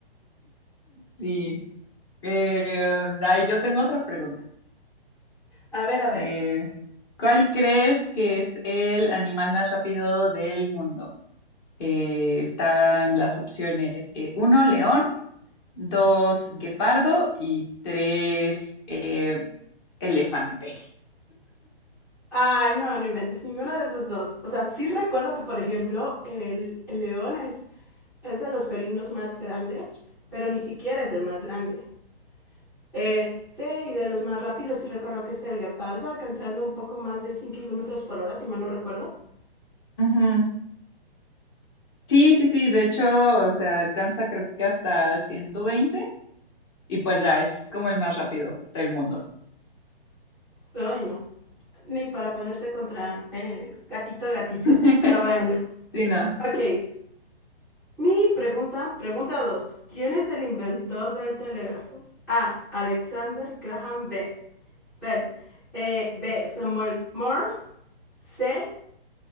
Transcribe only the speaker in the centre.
A ver, a ver.
Ay, no, no inventes ninguno de esos dos. O sea, sí recuerdo que, por ejemplo, el, el león es, es de los felinos más grandes, pero ni siquiera es el más grande. Este, y de los más rápidos, sí recuerdo que es el guepardo, alcanzando un poco más de 100 kilómetros por hora, si mal no recuerdo.
Ay, no. Ni para ponerse contra el gatito gatito.
Pero bueno.
Ok. Mi pregunta, pregunta 2. ¿Quién es el inventor del telégrafo? A. Alexander Graham B. Ben, eh, B. Samuel Morse. C.